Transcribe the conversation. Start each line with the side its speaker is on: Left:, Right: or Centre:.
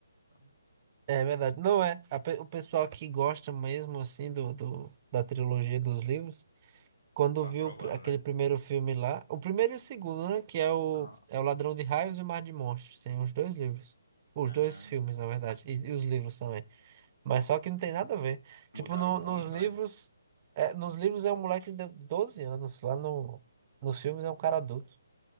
Left: Então,
Right: É verdade. Não é. A pe- o pessoal que gosta mesmo, assim, do, do, da trilogia dos livros. Quando
Left: tá
Right: viu
Left: aprovando,
Right: o pr- aquele
Left: né?
Right: primeiro filme lá, o primeiro e o segundo, né? Que é o,
Left: Tá.
Right: é o Ladrão de Raios e o Mar de Monstros. Tem os dois livros. Os
Left: Ah,
Right: dois filmes, na verdade. E, e os livros também. Mas só que não tem nada a ver.
Left: mudaram
Right: Tipo, no-
Left: muito,
Right: nos livros.
Left: né?
Right: é, nos livros é um moleque de 12 anos. Lá no, nos filmes é um cara adulto.